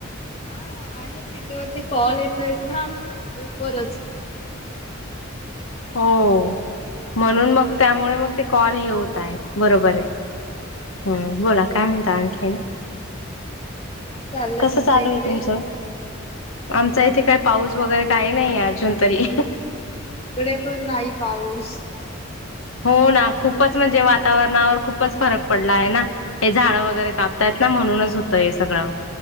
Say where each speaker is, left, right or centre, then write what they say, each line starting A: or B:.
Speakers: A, on the left; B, on the left.
A: हा आहे नेटवर ते कॉल येतोय ना ग्रुप वरच
B: हो
A: बोला आता
B: म्हणून मग त्यामुळे मग ते कॉल हे होत आहेत बरोबर
A: हा
B: आहे हम् बोला काय म्हणता आणखीन?
A: काय चाललंय
B: कस
A: तुमच्या
B: चालू
A: इकडे
B: आहे तुमचं?
A: मस्त
B: आमच्या इथे काय पाऊस वगैरे काही नाही अजून तरी
A: इकडे पण नाही पाऊस
B: हो ना खूपच म्हणजे वातावरणावर खूपच फरक पडला आहे ना हे झाडं
A: हा
B: वगैरे कापतायत ना म्हणूनच होतंय हे सगळं